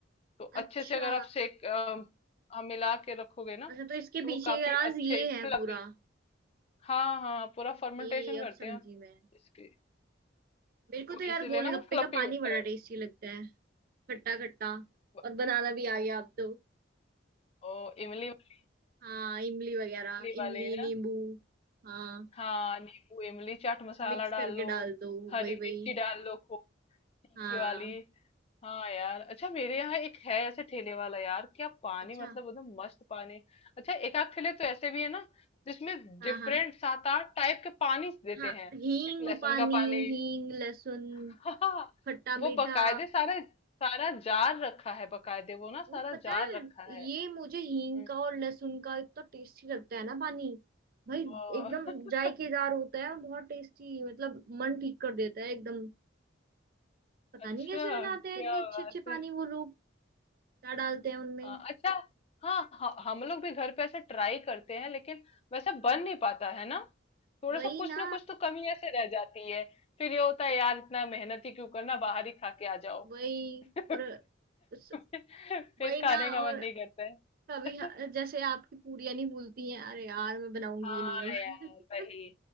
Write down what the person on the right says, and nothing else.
अच्छा
अच्छा तो इसके
पीछे
का
राज ये है
पूरा
कि अब
समझी
मैं
मेरे को
तो यार
गोलगप्पे
का पानी
बड़ा
टेस्टी लगता है खट्टा खट्टा
और बनाना भी आ गया अब तो
हाँ इमली वगैरह
इमली
नींबू हाँ
मिक्स
करके
डाल दो
वही
वही
हाँ
अच्छा
हाँ हाँ
हाँ
हींग
पानी
हींग लहसुन
खट्टा
मीठा
और पता
है
ये
मुझे हींग
का और लहसुन का इतना टेस्टी लगता है ना पानी भाई
एकदम जायकेदार
होता है और बहुत टेस्टी मतलब मन ठीक कर देता है एकदम पता
नहीं कैसे बनाते हैं
इतने अच्छे
अच्छे पानी
वो लोग क्या डालते हैं उनमें
वही
ना
वही
और उस-
वही ना
और
कभी जैसे आपकी पूरियां नहीं भूलती हैं अरे यार मैं बनाऊंगी
ही नहीं अब